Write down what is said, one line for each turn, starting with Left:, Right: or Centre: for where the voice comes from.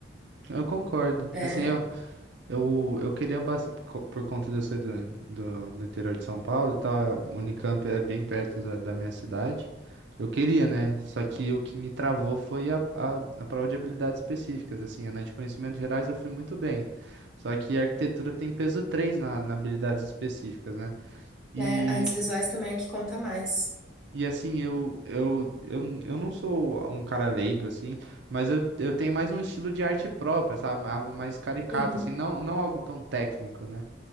Right: Eu concordo.
Centre: É,
Right: Assim, ó, eu, eu queria bastante, por conta de eu ser do, do, do interior de São Paulo e tal, a Unicamp é bem perto da, da minha cidade. Eu queria, né? Só que o que me travou foi a, a, a prova de habilidades específicas. Assim, na de conhecimentos gerais eu fui muito bem. Só que a arquitetura tem peso 3 na, na habilidades específicas, né? E
Centre: né, artes visuais também é que conta mais.
Right: E assim, eu, eu, eu, eu não sou um cara leigo, assim, mas eu, eu tenho mais um estilo de arte própria, sabe? Algo mais caricato,
Centre: Uhum.
Right: assim, não, não algo tão técnico, né?